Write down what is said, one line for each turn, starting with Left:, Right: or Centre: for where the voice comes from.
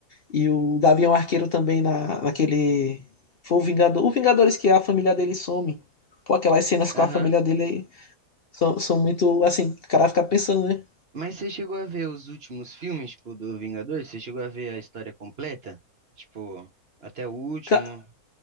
Left: E o Gavião Arqueiro também na, naquele. Foi o Vingador. O Vingadores que a família dele some. Pô, aquelas cenas
Right: aham.
Left: com a família dele aí são, são muito. Assim, o cara fica pensando, né?
Right: Mas você chegou a ver os últimos filmes, tipo, do Vingadores? Você chegou a ver a história completa? Tipo, até o último?
Left: Ca-